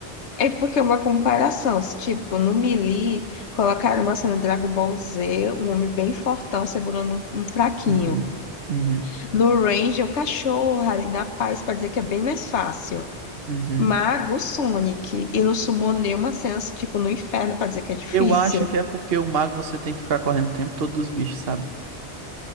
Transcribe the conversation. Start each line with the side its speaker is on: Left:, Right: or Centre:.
Left: É porque é uma comparação. se, Tipo, no Melee, colocaram uma cena de Dragon Ball Z, um homem bem fortão segurando um um fraquinho.
Right: Uhum. Uhum.
Left: No Range é um cachorro ali na paz pra dizer que é bem mais fácil.
Right: Uhum.
Left: Mago, Sonic. E no Summoner, uma cena assim, tipo no inferno pra dizer que é difícil.
Right: Eu acho que é porque o mago você tem que ficar correndo o tempo todo dos bichos, sabe?